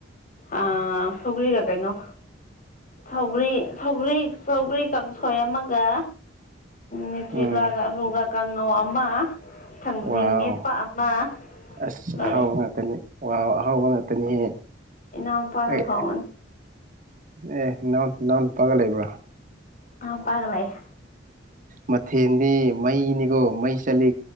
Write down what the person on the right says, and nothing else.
ꯎꯝ
ꯋꯥꯎ
ꯑꯁ
ꯑꯍꯥꯎꯕ ꯉꯥꯛꯇꯅꯤ ꯋꯥ ꯑꯍꯥꯎꯕ ꯉꯥꯛꯇꯅꯤꯍꯦ
ꯑꯩ
ꯑꯦ ꯅꯅꯥꯎ ꯅꯅꯥꯎꯅꯨꯄꯥꯒ ꯂꯩꯕꯔ
ꯃꯊꯦꯟꯗꯤ ꯃꯩꯅꯤꯒꯣ ꯃꯩ ꯆꯠꯂꯤ